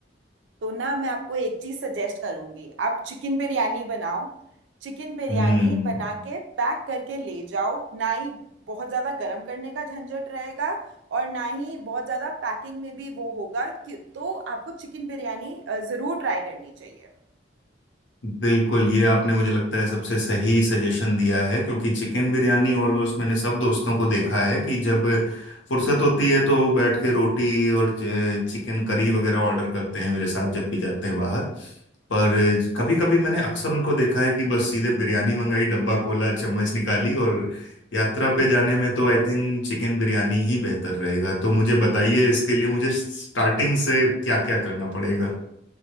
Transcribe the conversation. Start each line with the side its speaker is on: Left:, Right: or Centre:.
Right: तो ना मैं आपको एक चीज सजेस्ट करूंगी आप चिकन बिरयानी बनाओ चिकन बिरयानी
Left: हम्म
Right: बना के पैक करके ले जाओ ना ही बहुत ज्यादा गर्म करने का झंझट रहेगा और ना ही बहुत ज्यादा पैकिंग में भी वो होगा कि, तो आपको चिकन बिरयानी अ, जरूर ट्राई करनी चाहिए
Left: बिल्कुल ये आपने मुझे लगता है सबसे सही सजेशन दिया है क्योंकि चिकन बिरयानी ऑलमोस्ट मैंने सब दोस्तों को देखा है कि जब फुर्सत होती है तो बैठ के रोटी और चिकन करी वगैरह ऑर्डर करते हैं मेरे साथ जब भी जाते हैं बाहर पर कभी कभी मैंने अक्सर उनको देखा है कि बस सीधे बिरयानी मंगाई डब्बा खोला चम्मच निकाली और यात्रा पे जाने में तो आई थिंक चिकन बिरयानी ही बेहतर रहेगा तो मुझे बताइए इसके लिए मुझे स्टार्टिंग से क्या क्या करना पड़ेगा